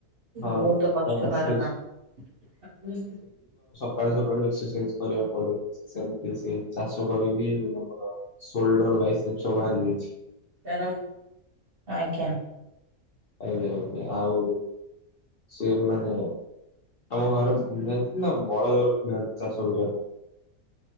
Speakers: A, on the left; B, on the right.
A: ହଁ
B: ବହୁତ କଷ୍ଟକର
A: ତ ସେ
B: କାମ
A: କାଲି ସକାଳୁ ଏକ୍ସରସାଇଜ କରିବାକୁ ପଡେ ସେମିତି ସେ ଚାଷ କରିକି ସୋଲ୍ଡର ବାଇଶି ରେ ଛ ବାହାରି ଯାଇଛି।
B: ୟା ଆଜ୍ଞା
A: ଆଜ୍ଞା ଆଜ୍ଞା ଆଉ। ସେ ମାନେ ଆମ ଗାଁରେ <unintelligible> ନା ବଳଦ ରଖିନାହାନ୍ତି ଚାଷ କରିବା ପାଇଁ।